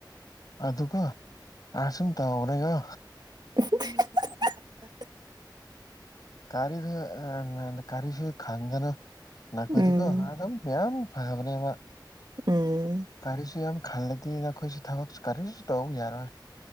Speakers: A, on the left; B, on the right.
A: ꯑꯗꯨ ꯑꯗꯨ ꯀꯣ ꯑꯁꯨꯝ ꯇ ꯍꯅꯦꯒꯣ
B: <unintelligible>
A: ꯀꯔꯤꯗ ꯑ ꯀꯔꯤꯁꯨ ꯈꯪꯒꯅꯣ
B: ꯎꯝ
A: ꯀꯣꯏꯗꯤꯀꯣ ꯑꯗꯨꯝ ꯃꯌꯥꯝ ꯐꯕꯅꯦꯕ
B: ꯎꯝ
A: ꯀꯥꯔꯤꯁꯤꯁꯨ ꯌꯥꯝ ꯈꯜꯂꯦꯗꯤ ꯅꯈꯣꯏꯁꯤ ꯊꯕꯛꯁꯨ ꯀꯔꯤꯁꯨ ꯇꯧ ꯌꯥꯔꯣꯏ